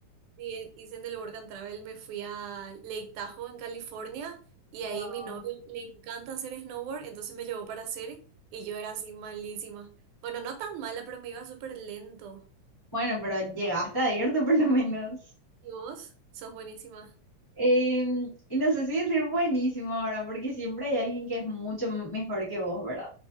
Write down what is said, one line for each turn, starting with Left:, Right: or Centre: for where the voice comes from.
Right: Sí, eh, hice en el Work and Travel, me fui a Lake Tahoe en California y ahí
Left: Wow.
Right: mi novio le encanta hacer snowboard, entonces me llevó para hacer y yo era así malísima. Bueno, no tan mala, pero me iba súper lento.
Left: Bueno, pero llegaste a irte por lo menos.
Right: ¿Y vos? Sos buenísima.
Left: Em, y no sé si decir buenísimo ahora, porque siempre hay alguien que es mucho m- mejor que vos, ¿verdad?